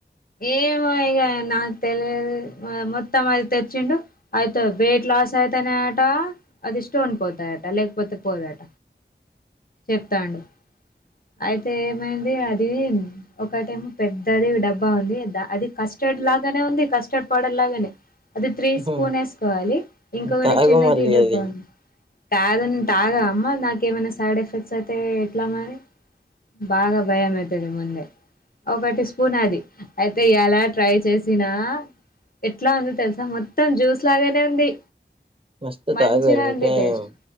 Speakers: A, on the left; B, on the right.
A: ఏమో ఇగ నాకు తెలిదు మొత్తం ఐదు తెచ్చిండు ఆయితు బ వెయిట్ లాస్ అయితనే ఆట అది స్టోన్ పోతాయట లేకపోతే పోదట
B: ఒ
A: చెప్తాండు అయితే ఏమైంది అది ఒకటేమో పెద్దది డబ్బా ఉంది అది కస్టర్డ్ లాగానే ఉంది కస్టర్డ్ పౌడర్ లాగానే అది త్రీ
B: హ్మ్.
A: స్పూన్ వేసుకోవాలి ఇంకొకటి
B: తాగు
A: చిన్నతీ
B: మళ్ళీ
A: డబ్బా
B: అది
A: ఉంది తాగన్ తాగా అమ్మా నాక ఏమైనా సైడ్ ఎఫెక్ట్స్ అయితే ఎట్లా మరి బాగా భయం అయితది ముందే ఒకటి స్పూన్ అది అయితే ఇయ్యాల ట్రై చేసినా ఎట్లా ఉంది తెలుసా మొత్తం జ్యూస్ లాగానే ఉంది
B: మస్తు
A: మంచిగా
B: తాగు ఇంకా
A: అందే టేస్ట్
B: ఏం